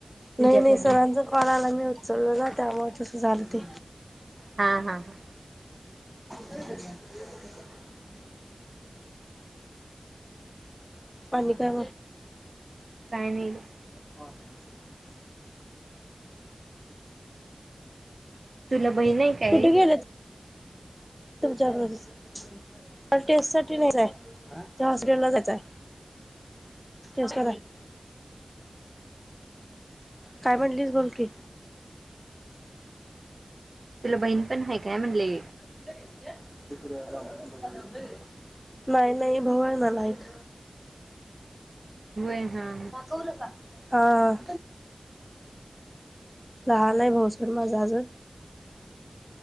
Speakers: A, on the right; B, in the centre.
A: तुझ्याकडनं
B: नाही-नाही सरांचा कॉल आला मी उचललेला त्यामुळे तसं झालं ते.
A: हा-हा-हा.
B: <unintelligible> अन काय
A: काही नाई ग
B: <unintelligible>
A: तुला बहीण आहे का
B: कुठे
A: एक?
B: गेले तुमच्या बरोबर टेस्ट सा नाहीचय. त्या हॉस्पिटल ला जायचंय. नमस्कार आहे. काय म्हटलीस बोल की
A: तुला बहीण पण आहे काय म्हणले.
B: <unintelligible> नाही नाही भाऊ आहे मला एक.
A: होय. हा
B: हा. लहान आहे भाऊ सर अजून